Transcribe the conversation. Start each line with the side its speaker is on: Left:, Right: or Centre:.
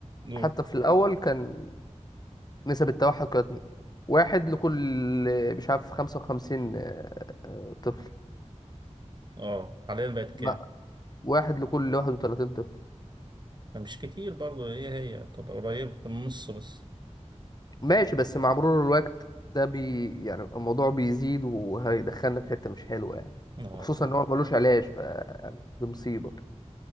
Right: قول
Left: حتى في الأول كان نسب التوحد كانت واحد لكل مش عارف خمسة وخمسين آه، آه، طفل
Right: اه حاليا بقت كام؟
Left: لا واحد لكل واحد وتلاتين طفل
Right: آه، مش كتير برضه هي هي تبقى قريبة في النص بس
Left: ماشي بس مع مرور الوقت ده بي يعني الموضوع بيزيد وهيدخلنا في حتة مش حلوة يعني
Right: اه
Left: وخصوصا
Right: ف...
Left: إن هو ملوش علاج ف يعني دي مصيبة